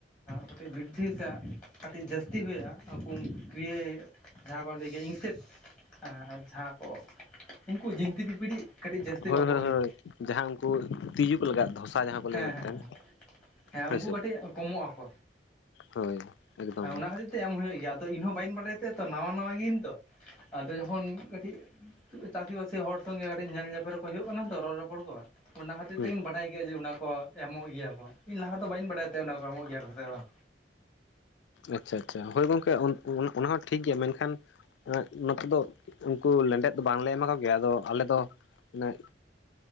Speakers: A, in the centre; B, on the left.
A: ᱠᱟᱹᱴᱤᱡ ᱵᱨᱤᱫᱫᱷᱤ ᱥᱮ ᱠᱟᱹᱴᱤᱡ ᱡᱟᱹᱥᱛᱤ ᱦᱩᱭᱩᱜᱼᱟ <unintelligible> ᱡᱟᱦᱟᱸ ᱠᱚ ᱞᱟᱹᱭ ᱠᱮᱫ ᱤᱢᱯᱷᱮᱠᱴ ᱡᱟᱦᱟᱸ ᱠᱚ ᱩᱱᱠᱩ ᱡᱤᱱᱛᱤ ᱯᱤᱯᱤᱲᱤᱡ᱾ ᱠᱟᱹᱴᱤᱡ ᱡᱟᱹᱥᱛᱤ
B: ᱦᱳᱭ
A: ᱵᱟᱠᱚ
B: ᱦᱳᱭ
A: ᱦᱩᱭᱩᱜᱼᱟ᱾
B: ᱦᱳᱭ ᱡᱟᱦᱟᱸ ᱩᱱᱠᱩ ᱛᱤᱡᱩ ᱠᱚ ᱞᱟᱜᱟᱜ ᱫᱚ ᱫᱷᱚᱥᱟ ᱡᱟᱦᱟᱸ ᱠᱚ
A: ᱦᱮᱸ
B: ᱞᱟᱹᱭᱟ ᱢᱤᱫᱴᱮᱱ
A: ᱦᱮᱸ ᱦᱮᱸ
B: ᱦᱳᱭᱥᱮ
A: ᱩᱱᱠᱩ ᱠᱟᱹᱴᱤᱡ ᱠᱚᱢᱚᱜ ᱟᱠᱚ᱾
B: ᱦᱳᱭ᱾ ᱮᱠᱫᱚᱢ
A: ᱦᱮᱸ ᱚᱱᱟ
B: ᱜᱮ
A: ᱠᱷᱟᱹᱛᱤᱨ ᱛᱮ ᱮᱢ ᱦᱩᱭᱩᱜ ᱜᱮᱭᱟ ᱟᱫᱚ ᱤᱧ ᱦᱚᱸ ᱵᱟᱹᱧ ᱵᱟᱲᱟᱭᱟ ᱛᱟᱦᱮᱸ ᱛᱚ ᱱᱟᱣᱟ ᱱᱟᱣᱟ ᱜᱮᱭᱟᱹᱧ ᱛᱚ᱾ ᱟᱫᱚ ᱡᱚᱠᱷᱚᱱ ᱠᱟᱹᱴᱤᱡ᱾ ᱪᱟᱥᱤᱵᱟᱹᱥᱤ ᱦᱚᱲ ᱥᱚᱸᱜᱮ ᱠᱟᱹᱴᱤᱡ ᱧᱮᱞ ᱧᱮᱯᱮᱞ ᱨᱮᱠᱚ ᱦᱩᱭᱩᱜ ᱠᱟᱱᱟ ᱛᱚ ᱨᱚᱲ ᱨᱚᱯᱚᱲ ᱠᱚ᱾ ᱚᱱᱟ ᱠᱷᱟᱹᱛᱤᱨ
B: ᱦᱩᱸ
A: ᱛᱮᱜᱤᱧ ᱵᱟᱰᱟᱭ ᱠᱮᱫᱼᱟ ᱡᱮ ᱚᱱᱟ ᱠᱚ ᱮᱢᱚᱜ ᱜᱮᱭᱟ ᱠᱚ ᱤᱧ ᱞᱟᱦᱟ ᱫᱚ ᱵᱟᱹᱧ ᱵᱟᱰᱟᱭ ᱛᱮ ᱚᱱᱟ ᱠᱚ ᱮᱢᱚᱜ ᱜᱮᱭᱟ ᱠᱚ ᱥᱮ ᱵᱟᱝ᱾
B: ᱟᱪᱪᱷᱟ ᱟᱪᱪᱷᱟ ᱦᱳᱭ ᱜᱚᱝᱠᱮ <unintelligible> ᱚᱱᱟ ᱦᱚᱸ ᱴᱷᱤᱠ ᱜᱮᱭᱟ ᱢᱮᱱᱠᱷᱟᱱ <unintelligible> ᱱᱚᱛᱮ ᱫᱚ ᱩᱱᱠᱩ ᱞᱮᱸᱰᱮᱫ ᱫᱚ ᱵᱟᱝᱞᱮ ᱮᱢᱟ ᱠᱚ ᱜᱮᱭᱟ ᱟᱫᱚ ᱟᱞᱮ ᱫᱚ <unintelligible>